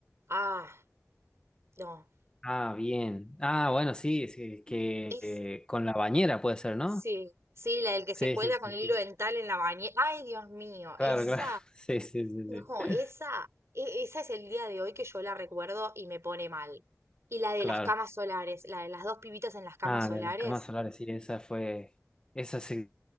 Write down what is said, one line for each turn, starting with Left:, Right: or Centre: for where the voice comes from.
Right: ah, no.
Left: Ah, bien. Ah, bueno, sí, sí, que
Right: Es
Left: eh, con la bañera puede ser, ¿no?
Right: Sí, sí, la del que se
Left: Sí,
Right: cuelga
Left: sí, sí,
Right: con el hilo
Left: sí.
Right: dental en la bañera. Ay, Dios mío,
Left: Claro,
Right: esa,
Left: claro. <laughs> Sí, sí, sí,
Right: no,
Left: sí.
Right: esa, e- esa es el día de hoy que yo la recuerdo y me pone mal. Y la de
Left: Claro.
Right: las camas solares, la de las dos pibitas en las camas
Left: Ah,
Right: solares,
Left: la de las camas solares, sí, esa fue. Esa se